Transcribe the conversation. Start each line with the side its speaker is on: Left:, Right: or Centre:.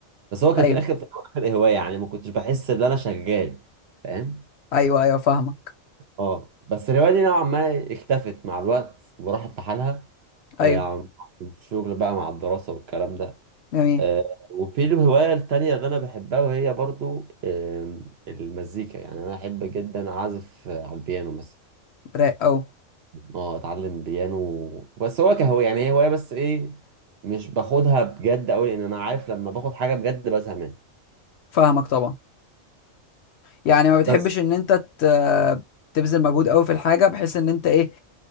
Right: بس هو كان
Left: ايوه
Right: في الاخر في الاخر هوايه يعني ما كنتش بحس ان انا شغال فاهم
Left: ايوه ايوه فاهمك
Right: اه بس الهواية دي نوعا ما اختفت مع الوقت وراحت لحالها
Left: ايوه
Right: آه، عم- الشغل بقى مع الدراسة والكلام ده
Left: جميل
Right: آه، وفي الهواية التانية اللي أنا بحبها وهي برضو آم، المزيكا يعني أنا أحب جدا أعزف آه، على البيانو مثلا
Left: رايق قوي
Right: اه أتعلم بيانو بس هو كهواية يعني هي هواية بس إيه مش باخدها بجد أوي لأن أنا عارف لما باخد حاجة بجد بزهق منها
Left: فاهمك طبعا يعني ما بتحبش
Right: بس
Left: ان انت ت- تبذل مجهود قوي في الحاجه بحيث ان انت ايه